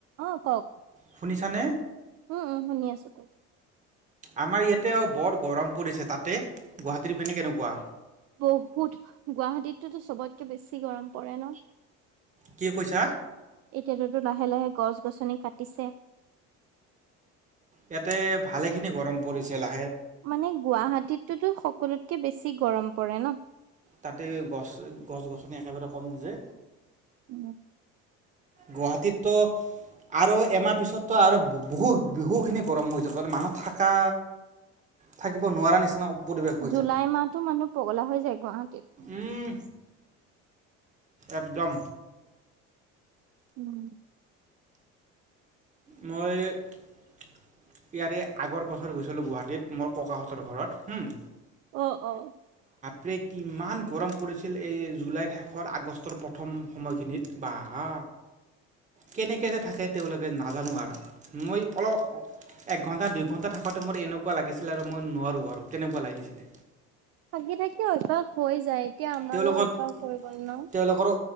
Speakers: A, on the right; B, on the right.
A: অ কওক
B: শুনিছানে
A: উম উম শুনি আছো ক
B: আমাৰ ইয়াতে বৰ গৰম পৰিছে তাতে গুৱাহাটীৰ পিনে কেনেকোৱা
A: বহুত গুৱাহাটীততো চবতকে বেছি গৰম কৰে ন
B: কি কৈছা?
A: এতিয়াটোটো লাহে লাহে গছ গ গছনি কাটিছে
B: ইয়াতে ভালে খিনি গৰম পৰিছিলা
A: মানে গুৱাহাটীততোতো সকলোতকে বেছি গৰম পৰে ন
B: তাতে গছ গছ গছনি একেবাৰে কম যে
A: উ
B: গুৱাহাটীততো আৰু এমাহ পিছততো আৰু বহুত বিহুখিনি গৰম হৈ যাব মে মানুহ থাকা থাকিব নোৱাৰাৰে নিচিনা পৰিৱেশ হৈ
A: জুলাই
B: যায়।
A: মাহতো মানুহ পগলা হৈ যায় গুৱাহাটীত
B: উম একদম
A: উম
B: মই ইয়াৰে আগৰ বছৰ গৈছিলো গুৱাহাটীত মোৰ ককাহঁতৰ ঘৰত হুম
A: অ অ
B: প্ৰে কিমান গৰম পৰিছিল এই জুলাইৰ শেষৰ আগষ্টৰ প্ৰথম সময়খিনিত বা হ কেনেক যে থাকে তেওঁলোকে নাজানো আৰু মই অলপ এক ঘণ্টা দুই ঘণ্টা থাকোতে মোৰ এনেকোৱা লাগিছিলে আৰু মই নোৱাৰোঁ আৰু তেনেকোৱা লাগিছিলে
A: থাকি থাকি অভ্যাস হৈ যায় এতিয়া আমাৰো
B: তেওঁলোকৰ
A: অভ্যাস হৈ গ'ল ন।
B: তেওঁলোকৰো